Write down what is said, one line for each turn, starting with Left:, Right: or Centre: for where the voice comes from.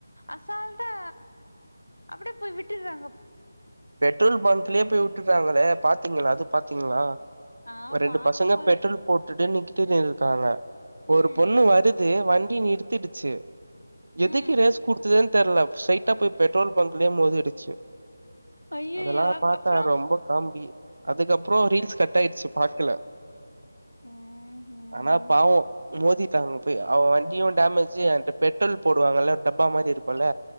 Left: அசால்ட்டா அப்டியே போய் விட்டுர்றாங்க
Right: பெட்ரோல் பங்க்லேயே போய் வுட்டுறாங்களே பாத்தீங்களா அது பாத்தீங்களா
Left: ஆ
Right: ஒரு ரெண்டு
Left: பாத்தே
Right: பசங்க
Left: பாத்தே
Right: பெட்ரோல் போட்டுட்டு நிக்கிட்டு இருக்காங்க
Left: ம்
Right: ஒரு பொண்ணு வருது வண்டி நிறுத்திடுச்சு எதுக்கு
Left: ம்
Right: ரேஸ் குடுத்ததேனு தெர்ல ஸ்ட்ரெயிட்டா போய் பெட்ரோல் பங்க்லயே மோதிடுச்சு
Left: ஐயையோ
Right: அதெல்லா பாத்தா
Left: அப்றோ
Right: ரொம்ப காமெடி அதுக்கப்புறோ ரீல்ஸ் கட் ஆயிடுச்சு பாக்கல
Left: ம் ம்
Right: ஆனா பாத் போ மோதிட்டாங்க போய் அவ வண்டியு டேமேஜு அந்த பெட்ரோல் போடுவாங்கல்ல ஒரு டப்பா மாரி இருக்குல்ல